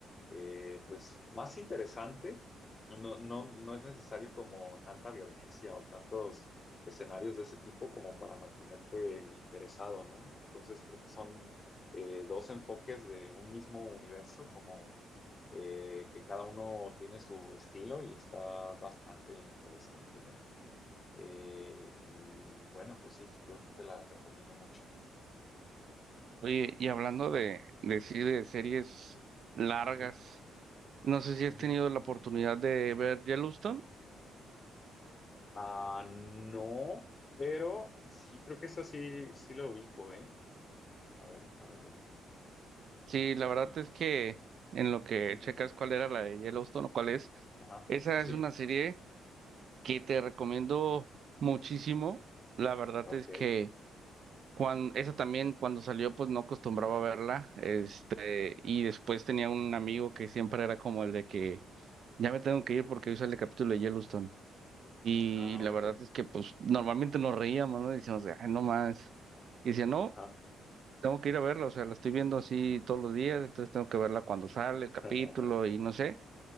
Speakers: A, on the left; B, on the right.
A: eh, pues más interesante. No, no, no es necesario como tanta violencia o tantos escenarios de ese tipo como para mantenerte interesado, ¿no? Entonces creo que son eh, dos enfoques de un mismo universo, como eh, que cada uno tiene su estilo y está bastante interesante, ¿no? Eh, y bueno, pues sí, yo sí te la recomiendo mucho.
B: Oye, y hablando de, de, sí, de series largas,
A: Ujú,
B: no sé si
A: ujú.
B: has tenido la oportunidad de ver Yellowstone.
A: Ah, no, pero sí, creo que eso sí, sí lo ubico, ¿eh? A ver, déjame ver.
B: Sí, la verdad es que en lo que
A: Ujú.
B: checas cuál era la de Yellowstone o cuál es,
A: Ajá,
B: esa
A: sí,
B: es una serie que te recomiendo muchísimo. La verdad
A: ok.
B: es que cuando, esa también cuando salió pues no acostumbraba a verla, este, y después tenía un amigo que siempre era como el de que ya me tengo que ir porque hoy sale el capítulo de Yellowstone. Y
A: Ah,
B: la
A: ok.
B: verdad es que pues normalmente nos reíamos, ¿no? Decíamos, ay, no más. Y decía, no,
A: Ajá.
B: tengo que ir a verla, o sea, la estoy viendo así todos los días, entonces tengo que verla cuando sale el capítulo
A: <laughs>
B: y no sé.